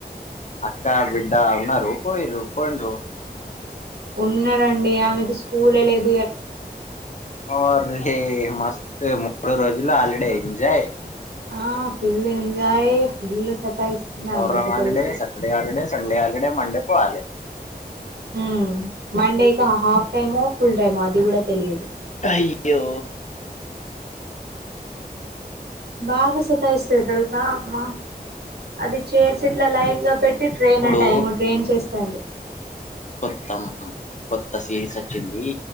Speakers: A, on the left (about 45°); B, on the right (about 80°).
A: అక్కా, బిడ్డ ఉన్నరు పోయింలు పోయిన్రు
B: ఉన్నారండి ఆమెకు స్కూలె లేద్
A: ఓరి నీ మస్త్ మూడు రోజులు హాలీడే ఎంజాయ్
B: ఆ ఫుల్ ఎంజాయ్ ఫుల్ సతాయిస్తుంది
A: మొహరం
B: ఆమె అయితే
A: హాలిడే,
B: తెలుసా
A: Saturday holiday, Sunday holiday, Monday పోవాలె
B: హ్ మండేక్ హాఫ్ టైమో, ఫుల్ టైమో అది కూడా తెలియదు.
A: అయ్యో
B: బాగా సతాఇస్తది తెల్సా అమ్మా అది చేర్స్ ఇట్లా లైన్గా పెట్టి ట్రైన్
A: ఇప్పుడు
B: అట ఏమో ట్రైన్ చేస్తాంది.
A: కొత్త కొత్త సిరీస్ అచ్చింది.